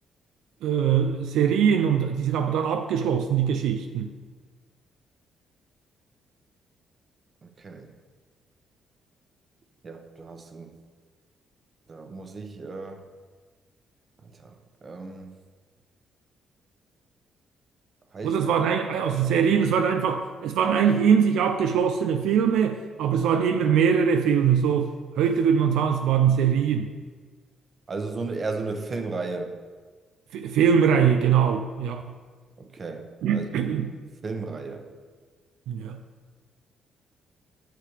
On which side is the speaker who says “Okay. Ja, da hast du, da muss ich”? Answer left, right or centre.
Right